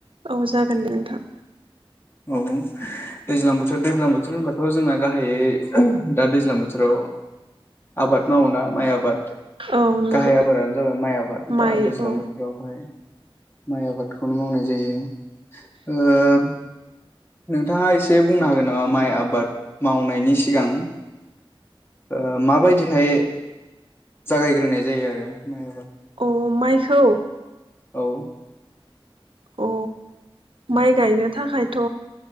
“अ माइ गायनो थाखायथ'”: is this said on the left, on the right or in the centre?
Right